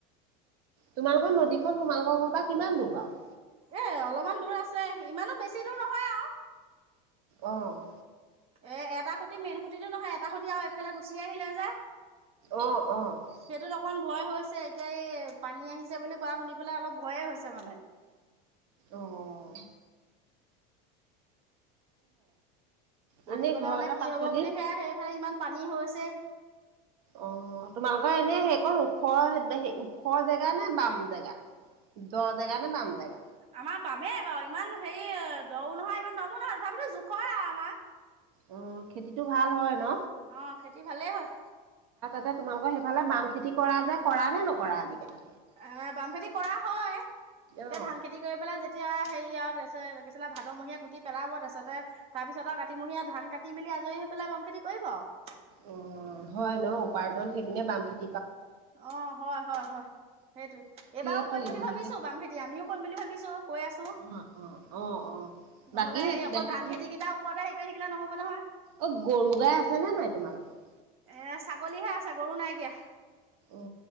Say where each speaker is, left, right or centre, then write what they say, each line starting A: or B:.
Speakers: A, on the right; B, on the right.
A: তোমালোকৰ নদীখন, তোমালোকৰ ঘৰৰ পৰা কিমান দূৰ বাৰু।
B: এ অলপমান দূৰ আছে, ইমানো বেছি দূৰ নহয় আৰু।
A: অহ'।
B: এ এটা খুঁটি মেইন খুঁটিটে নহয়, এটা খুঁটি আৰু এইফালে গুচি আহিলে যে।
A: অহ', অহ'।
B: সেইটোত অকমান ভয় হৈছে এতিয়া এই, পানী আহিছে বুলি কোৱা শুনি পেলাই অলপ ভয়ে হৈছে মানে।
A: অহ'। এনে
B: আহিবলৈ
A: ঘৰতে
B: হ'লে কি
A: পাচলি
B: হ'ব বুলি সেয়া সেইফালে ইমান পানী হৈছে।
A: অহ' তোমালোকৰ এনেই সেইকণ ওখ, ওখ জেগা নে বাম জেগা। দ জেগা নে বাম জেগা
B: আমাৰ বামেই বাৰু, ইমান হেৰি। দও নহয় ইমান বামো নহয় তথাপিতো জোখৰ আৰু আমাৰ।
A: অ খেতিটো ভাল হয়। ন
B: অ খেতি ভালেই হয়।
A: তোমালৰ সেইফালে বাম খেতি কৰা যে। কৰা নে নকৰা আজিকালি
B: এ বাম খেতি কৰা হয় এতিয়া
A: অ
B: ধান খেতি কৰি পেলাই যেতিয়া হেৰি ই আছিলে ভাদমহীয়া গুটি পেলাব তাৰপাছতে তাৰ পিছত আৰু কাতিমহীয়া ধান কাটি মেলি আজ হৈ পেলাই বম খেতি কৰিব আও।
A: অ হয় ন উপাৰ্জন সেইপিনে বাম খেতি
B: অ হয় হয় হয় সেইটোৱে
A: সেইটোৱে
B: এইবাৰও কৰিম বুলি
A: জীৱিকা
B: ভাবিছো বাম খেতি আমিও কৰিম বুলি ভাবিছো। কৈ আছো
A: অ অ অ অ বাকী
B: নহলে এই
A: কিবা
B: অকল
A: কিবি
B: ধান খেতিকেইটাৰ ওপৰতে হেৰি কৰি থাকিলে নহব নহয়।
A: অ গৰু গাই আছে নে নাই তোমালোকৰ?
B: এ ছাগলীহে আছে গৰু নাই এতিয়া।
A: অ